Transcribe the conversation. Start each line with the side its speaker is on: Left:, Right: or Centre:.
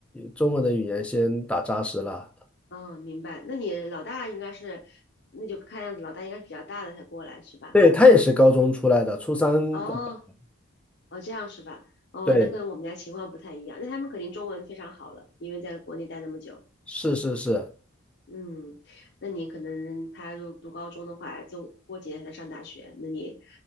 Centre: 中文的语言先打扎实了。
Left: 嗯，明白。那你老大应该是，那就看样子老大应该是比较大的才过来是吧？
Centre: 对，他也是高中出来的，初三过来
Left: 哦，哦，这样是吧？哦，
Centre: 对，
Left: 那跟我们家情况不太一样。那他们肯定中文非常好了，因为在国内待那么久。
Centre: 是是是，
Left: 嗯，那你可能他如读高中的话，就过几年才上大学，那你，